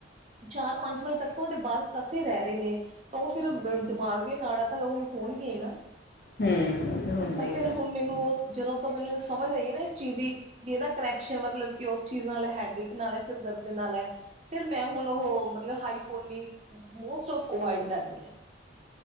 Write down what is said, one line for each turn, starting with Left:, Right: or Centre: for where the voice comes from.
Right: ਚਾਰ-ਪੰਜ ਵਜੇ ਤੱਕ ਤੁਹਾਡੇ ਬਾਲ ਕੱਸ ਕੇ ਰਹਿ ਰਹੇ ਨੇ, ਤਾਂ ਉਹ ਫਿਰ ਦਿਮਾਗ ਦੀਆਂ ਨਾੜਾਂ ਤਾਂ ਉਹ ਹੋਣਗੀਆ ਈ ਨਾ
Left: ਹਮ ਉਹ ਤੇ ਹੁੰਦਾ
Right: ਤਾਂ ਫਿਰ
Left: ਈ ਐ
Right: ਹੁਣ ਮੈਨੂੰ ਉਸ, ਜਦੋਂ ਤੋਂ ਮੈਨੂੰ ਸਮਝ ਆਈ ਏ ਨਾ ਇਸ ਚੀਜ਼ ਦੀ ਜੇ ਇਹਦਾ ਕਨੈਕਸ਼ਨ ਮਤਲਬ ਕਿ ਉਸ ਚੀਜ਼ ਨਾਲ ਹੈਡਿਕ ਨਾਲ ਹੈ, ਸਿਰ ਦਰਦ ਨਾਲ ਹੈ ਫਿਰ ਮੈਂ ਹੁਣ ਉਹ ਮਤਲਬ ਹਾਈ ਪੋਨੀ ਨ <unintelligible> ਮੋਸਟ ਔਫ ਅਵਾਇਡ ਕਰਦੀ ਆਂ